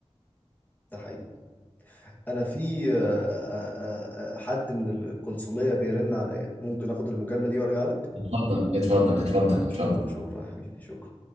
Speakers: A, on the left; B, on the right.
A: ده حقيقي انا في آه، آه، آه، حد من القنصليه بيرن عليا ممكن اخد المكالمه دي وارجع لك
B: اتفضل اتفضل اتفضل اتفضل
A: اشكرك شكرا يا حبيبي شكرا